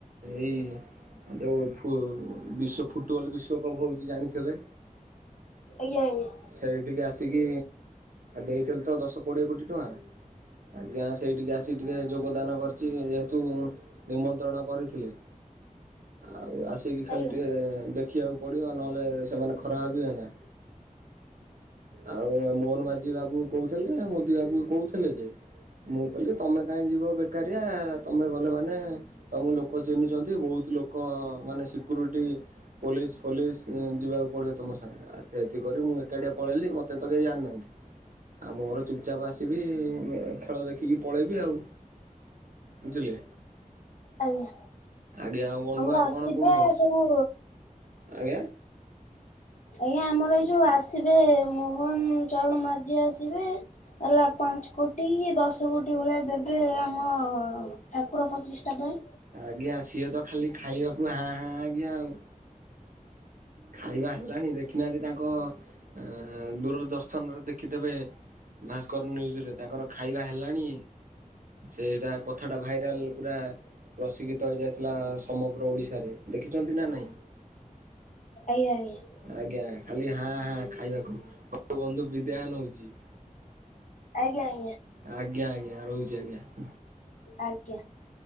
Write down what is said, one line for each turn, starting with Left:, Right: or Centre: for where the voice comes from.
Right: ଏଇ ଯୋଉ ବିଶ୍ଵ ଫୁଟବଲ ବିଶ୍ଵକପ୍ ହଉଛି ଜାଣିଥିବେ?
Left: ଆଜ୍ଞା, ଆଜ୍ଞା।
Right: ସେଇଠିକି ଆସିକି ଦେଇଥିଲେ ତ ଦଶ କୋଡିଏ କୋଟି ଟଙ୍କା। ଆଜ୍ଞା ସେଇଠିକି ଆସିିକ ଟିକେ ଯୋଗଦାନ କରିଛି, ଯେହେତୁ ନିମନ୍ତ୍ରଣ କରିଥିଲି ଆଉ ଆ ସେକି
Left: ଆଜ୍ଞା
Right: ଖାଲି ଟିକେ ଦେଖିବାକୁ ପଡ଼ିବ, ନହେଲେ ସେମାନେ ଖରା ହେ ବି ହୁଏନା ଆଉ ମୋହନ ମାଝି ବାବୁ କହୁଥିଲେ, ମୋଦି ବାବୁ କହୁଥିଲେ ଯେ ମୁଁ କହିଲି ତମେ କାହିଁ ଯିବ ବେକାରିଆ, ତମେ ଗଲେ ମାନେ ତମ ଲୋକ ଚିହ୍ନିଛନ୍ତି, ବହୁତ ଲୋକ ମାନେ ସିକ୍ୟୁରିଟି ପୋଲିସ ଫୋଲିସ ଯିବାକୁ ପଡିବ ତମ ସାଙ୍ଗରେ, ଆସ୍ତେ ଆସ୍ତେ କରି ମୁଁ ଏକାଟିଆ ପଳେଇଲି ମତେ ତ କେହି ଜାଣିନାହାନ୍ତି ଆଉ ମୋର ଚୁପଚାପ ଆସିବି ଖେଳ ଦେଖିକି ପଳେଇବି ଆଉ ବୁଝିଲେ?
Left: ଆଜ୍ଞା,
Right: ଆଜ୍ଞା ଆଉ ବନ୍ଧୁ
Left: ଆମର
Right: ଆଉ କଣ
Left: ଆସିବା
Right: କହୁଛନ୍ତି
Left: ସବୁ
Right: ଆଜ୍ଞା।
Left: ଆଜ୍ଞା ଆମର ଏଇ ଯୋଉ ଆସିବେ, ମୋହନ ଚରଣ ମାଝି ଆସିବେ ହେଲା ପାଞ୍ଚ କୋଟି, କି ଦଶ କୋଟି ଭଳିଆ ଦେବେ ଆମ ଠାକୁର ପଚିଷ୍ଟା ପାଇଁ
Right: ଆଜ୍ଞା ସିଏ ତ ଖାଲି ଖାଇବାକୁ ହାଁ ହଁ ଆଜ୍ଞା ଆଉ ଖାଇବା ହେଲାଣି ଦେଖିନାହାନ୍ତି ତାଙ୍କ ଅ ଦୂର ଦର୍ଶନରେ ଦେଖିଦେବେ ଭାସ୍କର ନ୍ୟୁଜ୍ରେ ତାଙ୍କର ଖାଇବା ହେଲାଣି ସେଇଟା କଥା ଟା ଭାଇରାଲ ପୁରା ପ୍ରଶିକ୍ଷିତ ହୋଇଇଯାଇଥିଲା ସମଗ୍ର ଓଡ଼ିଶାରେ ଦେଖିଛନ୍ତି ନା ନାହିଁ?
Left: ଆଜ୍ଞା ଆଜ୍ଞା।
Right: ଆଜ୍ଞା ଖାଲି ହଁ ହଁ ଖାଇବାକୁ ହ ବନ୍ଧୁ ବିଦହ ନଉଛି
Left: ଆଜ୍ଞା ଆଜ୍ଞା।
Right: ଆଜ୍ଞା ଆଜ୍ଞା ରହୁଛି ଆଜ୍ଞା
Left: ଆଜ୍ଞା।